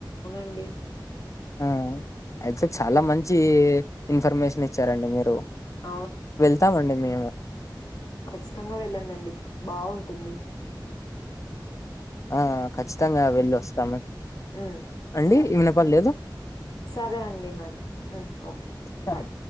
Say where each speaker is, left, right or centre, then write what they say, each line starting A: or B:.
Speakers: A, on the left (about 55°); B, on the left (about 40°).
A: అండి
B: ఆ అయితే చాలా మంచి ఇన్ఫర్మేషన్ ఇచ్చారండి మీరు
A: అవు
B: ఇస్తామండి మేము
A: ఖచ్చితంగా వెళ్ళండిండి బాగుంటుంది
B: ఆ ఖచ్చితంగా వెళ్లి వస్తాము
A: హ్మ్.
B: అండి
A: సరే.
B: వినపడలేదు
A: సరే అండి మరి ఓకే
B: సరే
A: బాయ్